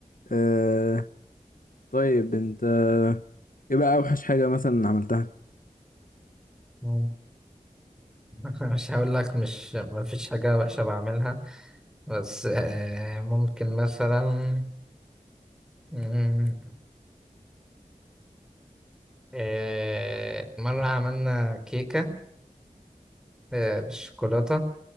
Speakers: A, on the left; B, in the centre.
A: آه طيب أنت إيه بقى أوحش حاجة مثلا عملتها؟
B: مم. <laughs> مش هقول لك مش ما فيش حاجة وحشة بعملها بس آه، ممكن مثلا مم، آه، مرة عملنا كيكة آه، بالشوكولاتة